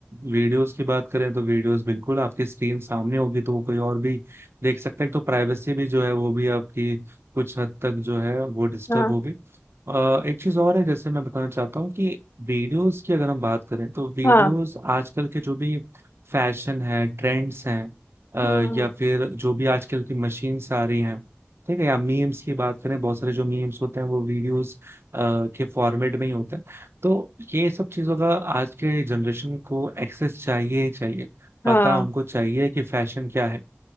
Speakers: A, on the right (about 70°); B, on the left (about 60°).
A: वीडियोस की बात करें तो वीडियोस बिल्कुल आपकी स्क्रीन सामने होगी तो वो कोई और भी देख सकता है तो प्राइवेसी भी जो है वो भी आपकी कुछ हद तक जो है वो डिस्टर्ब
B: हाँ
A: होगी अ, एक चीज और है जैसे मैं बताना चाहता हूँ कि वीडियोस की अगर हम बात करें तो वीडियोस
B: हाँ
A: आजकल के जो भी फैशन है ट्रेंड्स हैं अ,
B: हम्म
A: या फिर जो भी आजकल की मशीन्स आ रही हैं ठीक है या मीम्स की बात करें बहुत सारे जो मीम्स होते हैं वो वीडियोस के फॉर्मेट में ही होते हैं तो ये सब चीजों का आज के जनरेशन को एक्सेस चाहिए ही चाहिए
B: हाँ
A: पता उनको चाहिए कि फैशन क्या है